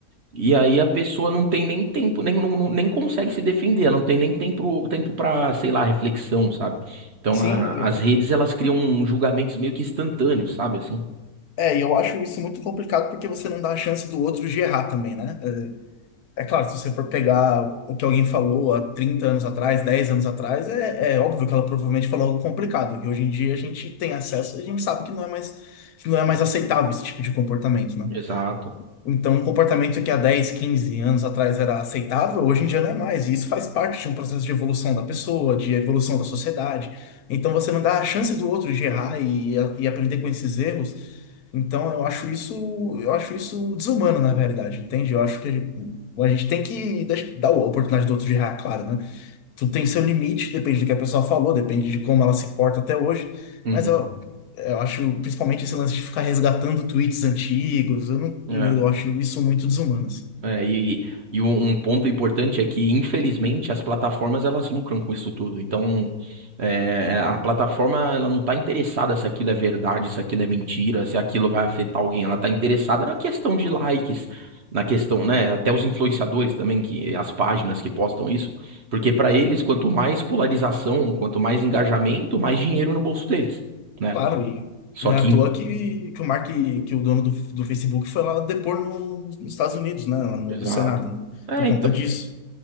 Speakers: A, on the right; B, on the left.
A: e aí a pessoa não tem nem tempo, nem, não, não- nem consegue se defender, ela não tem nem tempo, tempo para, sei lá, reflexão, sabe? Então
B: Sim,
A: a- as redes elas criam julgamentos meio que instantâneos, sabe assim?
B: é, e eu acho isso muito complicado porque você não dá a chance do outro de errar também, né? É, é claro, se você for pegar o que alguém falou há 30 anos atrás, 10 anos atrás, é, é óbvio que ela provavelmente falou algo complicado, que hoje em dia a gente tem acesso, a gente sabe que não é mais, que não é mais aceitável esse tipo de comportamento, né?
A: Exato.
B: Então, um comportamento que há 10, 15 anos atrás era aceitável, hoje em dia não é mais. E isso faz parte de um processo de evolução da pessoa, de evolução da sociedade. Então, você não dá a chance do outro de errar e, e aprender com esses erros. Então, eu acho isso, eu acho isso desumano, na verdade, entende? Eu acho que a gente tem que deix- dar a oportunidade do outro de errar, claro, né? tudo tem seu limite, depende do que a pessoa falou, depende de como ela se porta até hoje,
A: Uhum.
B: mas eu, eu acho, principalmente esse lance de ficar resgatando tweets antigos, eu não,
A: É.
B: eu acho isso muito desumano, assim.
A: É, e e um um ponto importante é que, infelizmente, as plataformas elas lucram com isso tudo. Então, é, a plataforma ela não está interessada se aquilo é verdade, se aquilo é mentira, se aquilo vai afetar alguém. Ela está interessada na questão de likes, na questão, né? Até os influenciadores também, que as páginas que postam isso, porque para eles, quanto mais polarização, quanto mais engajamento, mais dinheiro no bolso deles, né?
B: Claro, e
A: Só
B: não
A: que,
B: é à toa que, que o Mark, que o dono do, do Facebook foi lá depor no- nos Estados Unidos, né, lá no,
A: exato.
B: no Senado, né,
A: É,
B: por
A: então.
B: conta disso,